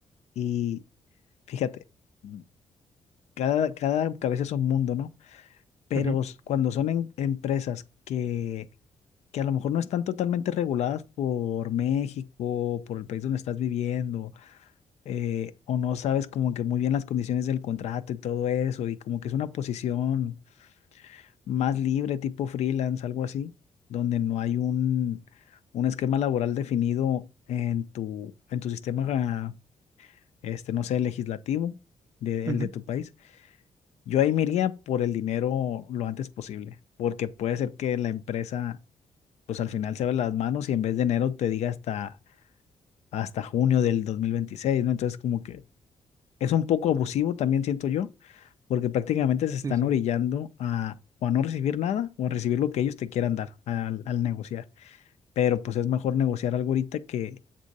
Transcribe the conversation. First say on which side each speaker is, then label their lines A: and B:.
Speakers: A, on the left; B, on the right.
A: y fíjate, mm, cada, cada cabeza es un mundo, ¿no? Pero
B: Ujú,
A: s- cuando son en- empresas que que a lo mejor no están totalmente reguladas por México, por el país donde estás viviendo, eh, o no sabes como que muy bien las condiciones del contrato y todo eso, y como que es una posición más libre, tipo freelance, algo así, donde no hay un, un esquema laboral definido en tu, en tu sistema, este, no sé, legislativo. de-
B: ujú.
A: el de tu país. Yo ahí me iría por el dinero lo antes posible, porque puede ser que la empresa pues al final se ven las manos y en vez de enero te diga hasta, hasta junio del 2026, ¿no? Entonces como que es un poco abusivo también siento yo, porque prácticamente se están
B: Sí, sí.
A: orillando a o a no recibir nada o a recibir lo que ellos te quieran dar al, al negociar. Pero pues es mejor negociar algo ahorita que,